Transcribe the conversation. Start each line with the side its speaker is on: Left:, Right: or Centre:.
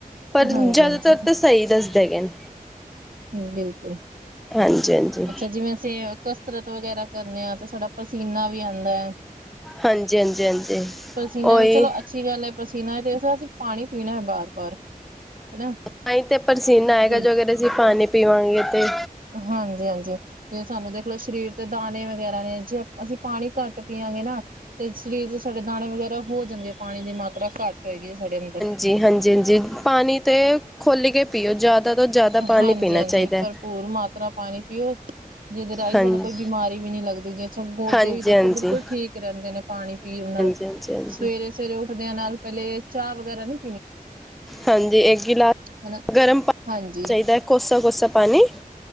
Centre: ਪਰ
Right: ਹਾਂਜੀ
Centre: ਜ਼ਾਦਾਤਰ
Right: ਹਾਂਜੀ
Centre: ਤੇ ਸਈ ਦੱਸਦੇ ਹੈਗੇ ਨੇ।
Right: ਹੂੰ ਬਿਲਕੁਲ
Centre: ਹਾਂਜੀ ਹਾਂਜੀ
Right: ਅੱਛਾ ਜਿਵੇ ਅਸੀ ਕਸਰਤ ਵਗੈਰਾ ਕਰਨੇ ਆ ਤੇ ਸਾਡਾ ਪਸੀਨਾ ਵੀ ਆਂਦਾ ਏ।
Centre: ਹਾਂਜੀ ਹਾਂਜੀ ਹਾਂਜੀ।
Right: ਪਸੀਨਾ
Centre: ਉਹੀ
Right: ਵੀ ਚਲੋ ਅੱਛੀ ਗੱਲ ਐ, ਪਸੀਨਾ ਤੇ ਅਸੀਂ ਪਾਣੀ ਪੀਣਾ ਏ ਬਾਰ ਬਾਰ। ਹਨਾ
Centre: ਤਾਈੰ ਤੇ ਪਰਸੀਨਾ ਆਏਗਾ
Right: ਬਿਲ
Centre: ਜੋ ਅਗਰ ਅਸੀ ਪਾਣੀ ਪੀਵਾਂਗੇ ਤੇ।
Right: ਹਾਂਜੀ ਹਾਂਜੀ ਜੇ ਸਾਨੂੰ ਦੇਖ ਪੂੂਰੇ ਸਰੀਰ ਤੇ ਦਾਣੇ ਵਗੈਰਾ ਨੇ, ਜੇ ਅਸੀਂ ਪਾਣੀ ਘੱਟ ਪੀਆਂ ਗੇ ਨਾ। ਤੇ ਸਰੀਰ ਵਿਚ ਸਾਡੇ ਦਾਣੇ ਵਗੈਰਾ ਹੋ ਜਾਂਦੇ, ਪਾਣੀ ਦੀ ਮਾਤਰਾ ਘੱਟ ਹੋਏਗੀ ਜੇ ਸਾਡੇ ਅੰਦਰ।
Centre: ਜੀ ਹਾਂਜੀ ਹਾਂਜੀ ਪਾਣੀ ਤੇ ਖੁਲ ਕੇ ਪੀਓ ਜ਼ਿਆਦਾ ਤੋਂ ਜ਼ਿਆਦਾ ਪਾਣੀ
Right: ਹਾਂਜੀ
Centre: ਪੀਣਾ
Right: ਹਾਂਜੀ
Centre: ਚਾਹੀਦਾ ਹੈ
Right: ਭਰਪੂਰ ਮਾਤਰਾ ਪਾਣੀ ਪੀਓ। ਜੀਦੇ ਰਾਈ
Centre: ਹਾਂਜੀ
Right: ਸਾਨੂੰ ਕੋਈ ਬਿਮਾਰੀ ਵੀ ਨੀ ਲੱਗਦੀ। ਜੇ ਅਛਾ ਗੋਡੇ
Centre: ਹਾਂਜੀ
Right: ਵੀ ਦੇਖੋ
Centre: ਹਾਂਜੀ
Right: ਬਿਲਕੁਲ ਠੀਕ ਰੈਂਦੇ ਨੇ ਪਾਣੀ ਪੀਣ ਨਾਲ।
Centre: <unintelligible>
Right: ਸਵੇਰੇ ਸਵੇਰੇ ਉੱਠਦਿਆਂ ਨਾਲ ਪੈਲੇ ਏ ਚਾਅ ਵਗੈਰਾ ਨੀ
Centre: ਹਾਂਜੀ ਇੱਕ ਗਿਲਾਸ
Right: ਹਨਾ
Centre: ਗਰਮ ਪਾਣੀ
Right: ਹਾਂਜੀ
Centre: ਚਾਈਦਾ, ਕੋਸਾ- ਕੋਸਾ ਪਾਣੀ।